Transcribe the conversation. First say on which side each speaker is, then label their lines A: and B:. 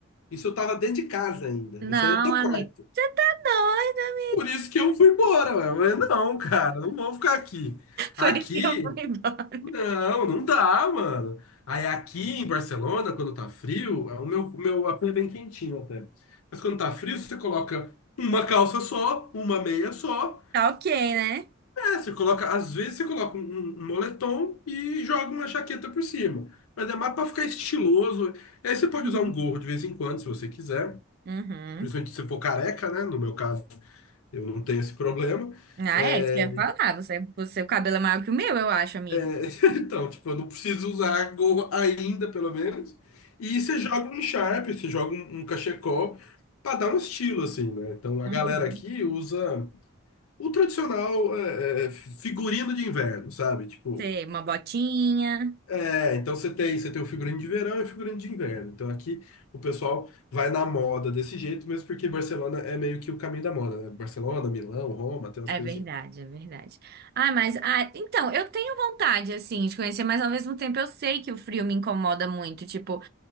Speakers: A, on the left; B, on the right.
A: Isso eu tava dentro de casa ainda.
B: Não,
A: Eu saía do
B: amigo.
A: quarto.
B: Você tá doido.
A: Por isso que eu fui embora, ué. Mas não, cara, não vamos ficar aqui. Aqui
B: Foi <laughs> isso que eu fui embora.
A: não, não dá, mano. Aí aqui em Barcelona, quando tá frio, é o meu, o meu AP é bem quentinho até. Mas quando tá frio, você coloca uma calça só, uma meia só.
B: Tá ok, né?
A: É, você coloca, às vezes você coloca um, um um moletom e joga uma jaqueta por cima. Mas é mais pra ficar estiloso. E aí você pode
B: Uhum.
A: usar um gorro de vez em quando, se você quiser.
B: Uhum.
A: Principalmente se você for careca, né? No meu caso, eu não tenho esse problema.
B: Ah,
A: É,
B: é, isso que eu ia falar. Você, você, o cabelo é maior que o meu, eu acho, amigo.
A: <laughs> Então, tipo, eu não preciso usar gorro ainda, pelo menos. E você joga um Sharp, você joga um, um cachecol pra dar um estilo, assim, né? Então a
B: Uhum.
A: galera aqui usa o tradicional é, é, figurino de inverno, sabe? Tipo,
B: Você, uma botinha.
A: é, então você tem, você tem o figurino de verão e o figurino de inverno. Então aqui o pessoal vai na moda desse jeito, mesmo porque Barcelona é meio que o caminho da moda, né? Barcelona, Milão, Roma, tem umas
B: É
A: coisas
B: verdade,
A: assim.
B: é verdade. Ah, mas, ah, então, eu tenho vontade, assim, de conhecer, mas ao mesmo tempo eu sei que o frio me incomoda muito. Tipo,